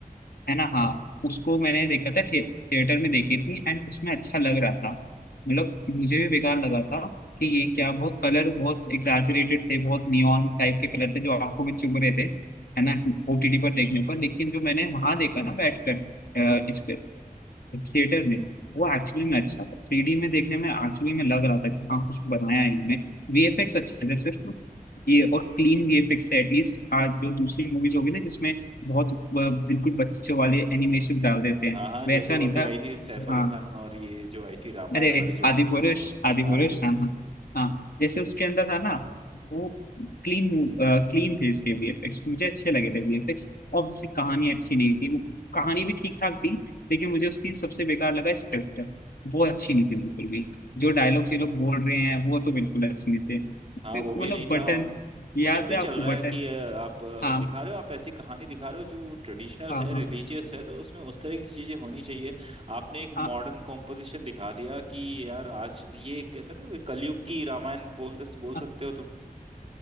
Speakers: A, on the left; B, on the right.
A: है ना हाँ उसको मैंने देखा था थे, थिएटर में देखी थी एंड उसमें अच्छा लग रहा था मतलब मुझे भी बेकार लगा था कि ये क्या बहुत कलर बहुत एग्जैजरेटेड थे बहुत नियॉन टाइप के कलर थे जो आंखों में चुभ रहे थे है ना ओटीटी पर देखने पर लेकिन जो मैंने वहां देखा ना बैठकर अ, इस थिएटर में वो एक्चुअली में अच्छा था थ्री डी में देखने में एक्चुअली में लग रहा था कि हाँ कुछ बनाया है इनमें वीएफएक्स अच्छे थे सिर्फ ये और क्लीन वीएफएक्स है एटलीस्ट आज जो दूसरी मूवीज होगी ना जिसमें बहुत अ, बिल्कुल बच्चे वाले एनिमेशन डाल देते हैं
B: हाँ हाँ
A: वैसा
B: जैसे वो
A: नहीं
B: अभी
A: था
B: आई थी सैफ अली
A: हाँ
B: खान और ये जो आई थी रामायण
A: अरे
B: वाली जो
A: आदि
B: मूवी
A: पुरुष
B: थी <laughs>
A: आदि
B: हाँ।
A: पुरुष हाँ हाँ हाँ जैसे उसके अंदर था ना वो क्लीन क्लीन थे इसके वीएफएक्स मुझे अच्छे लगे थे वीएफएक्स ऑब्वियसली कहानी अच्छी नहीं थी वो कहानी भी ठीक ठाक थी लेकिन मुझे उसकी सबसे बेकार लगा स्क्रिप्ट वो अच्छी नहीं थी बिल्कुल भी जो डायलॉग्स ये लोग बोल रहे हैं वो तो बिल्कुल अच्छे नहीं थे
B: हाँ वो भी
A: मतलब
B: नहीं
A: बटन
B: था और
A: याद
B: कुछ भी
A: है
B: चल
A: आपको
B: रहा
A: बटन
B: है कि अ, आप अगर
A: हाँ
B: दिखा रहे हो आप ऐसी कहानी दिखा रहे हो जो ट्रेडिशनल
A: हाँ
B: है
A: हाँ
B: रिलीजियस है तो उसमें उस तरह की चीजें होनी चाहिए आपने एक
A: हाँ
B: मॉडर्न कॉम्पोजिशन दिखा दिया कि यार आज ये कहते हैं ना कलयुग की रामायण बोल बोल
A: हाँ,
B: सकते हो तुम